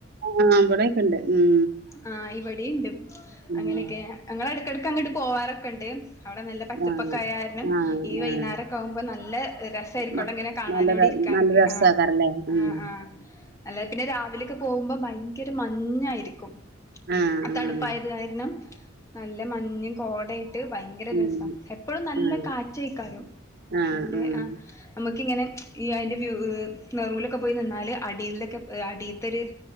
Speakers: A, on the right (about 55°); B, on the left (about 15°).
A: ആഹ് ഇവിടെയൊക്കെ ഉണ്ട് ഉം
B: ആ ഇവിടെയുണ്ട്
A: ഉം
B: അങ്ങനെയൊക്കെ ഞങ്ങള് അടക്കടക്ക് അങ്ങോട്ട് പോവാറൊക്കെണ്ട് അവിടെ നല്ല പച്ചപ്പക്ക
A: ആഹ്
B: ആരാനും
A: ആഹ്
B: ഈ വൈകുന്നേരൊക്കെ
A: ആഹ്
B: ആവുമ്പോൾ നല്ല രസായിരിക്കും
A: നല്ല
B: അവടെ ഇങ്ങനെ കാണാനും അവടെ ഇരി ക്കാനും
A: നല്ല
B: ഒക്കെ
A: രസാക്കാരല്ലേ
B: ആ
A: ഉം
B: ആ ആ അല്ല പിന്നെ രാവിലൊക്കെ പോകുമ്പോ ഭയങ്കര മഞ്ഞായിരിക്കും
A: ഉം
B: ആ
A: ആഹ്
B: തണുപ്പായത് കായണം നല്ല മഞ്ഞും കോടയിട്ട് ഭയങ്കര
A: ഉം
B: രസം എപ്പഴും നല്ല
A: ആഹ്
B: കാറ്റ്ക്കാരും
A: ആഹ്
B: അല്ലെ
A: ആഹ്
B: ആ നമുക്കിങ്ങനെ ഈ അതിന്റെ വ്യൂ നെറൂലൊക്കെ പോയി നിന്നാല് അടിലോക്കെ അടിത്തൊര്